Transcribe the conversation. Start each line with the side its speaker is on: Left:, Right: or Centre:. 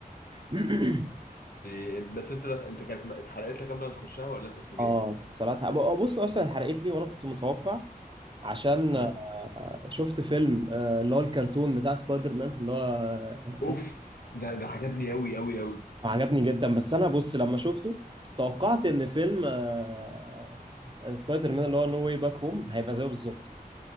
Right: <coughs>
Left: دي- بس انت انت كانت اتحرقت لك قبل ما تخشها ولا انت اتفاجئت؟
Right: اه صراحة أبو- آه، بص اصلا اتحرقت لي وانا كنت متوقع عشان
Left: امم
Right: آه، شفت فيلم آه، اللي هو الكرتون بتاع سبايدر مان اللي هو آه،
Left: اوف ده ده عجبني قوي قوي قوي
Right: عجبني جدا بس انا بص لما شفته توقعت ان فيلم آه، سبايدر مان اللي هو نو واي باك هوم هيبقى زيه بالظبط